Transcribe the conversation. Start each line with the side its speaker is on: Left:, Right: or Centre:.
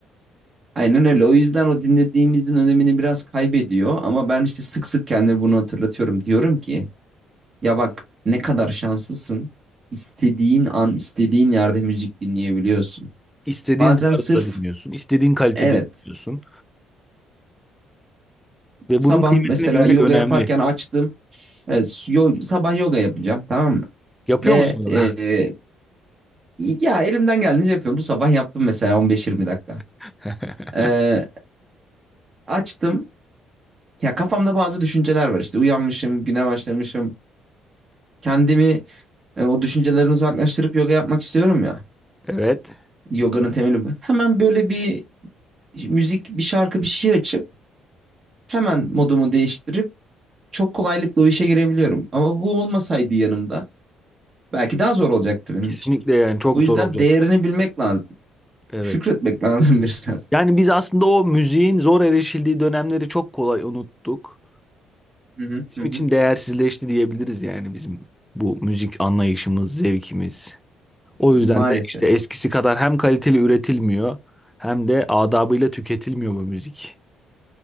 Right: Aynen öyle. O yüzden o dinlediğimizin önemini biraz kaybediyor. Ama ben işte sık sık kendime bunu hatırlatıyorum. Diyorum ki ya bak ne kadar şanslısın. İstediğin an, istediğin yerde müzik dinleyebiliyorsun.
Centre: İstediğin
Right: Bazen
Centre: tarzda
Right: sırf
Centre: dinliyorsun. istediğin kalitede
Right: evet
Centre: dinliyorsun.
Right: sabah
Centre: Ve bunun kıymetini
Right: mesela
Centre: bilmek
Right: yoga
Centre: önemli.
Right: yaparken açtım. Evet, yo- sabah yoga yapacağım tamam mı?
Centre: Yapıyor
Right: Ve
Centre: musun onu?
Right: e, ya elimden geldiğince yapıyorum. Bu sabah yaptım mesela 15-20 dakika.
Centre: <laughs>
Right: E, açtım. Ya kafamda bazı düşünceler var işte uyanmışım, güne başlamışım. Kendimi e, o düşüncelerden uzaklaştırıp yoga yapmak istiyorum ya.
Centre: Evet.
Right: Yoganın temeli bu. Hemen böyle bir müzik, bir şarkı, bir şey açıp hemen modumu değiştirip çok kolaylıkla o işe girebiliyorum. Ama bu olmasaydı yanımda Belki daha zor olacaktı benim
Centre: Kesinlikle
Right: için.
Centre: yani çok
Right: Bu yüzden
Centre: zor olacak.
Right: değerini bilmek lazım.
Centre: Evet.
Right: Şükretmek lazım <laughs> biraz.
Centre: Yani biz aslında o müziğin zor erişildiği dönemleri çok kolay unuttuk.
Right: Hı hı
Centre: bizim
Right: hı. hı.
Centre: için değersizleşti diyebiliriz yani bizim bu müzik anlayışımız, zevkimiz. O
Right: Maalesef.
Centre: yüzden de işte eskisi kadar hem kaliteli üretilmiyor hem de adabıyla tüketilmiyor bu müzik.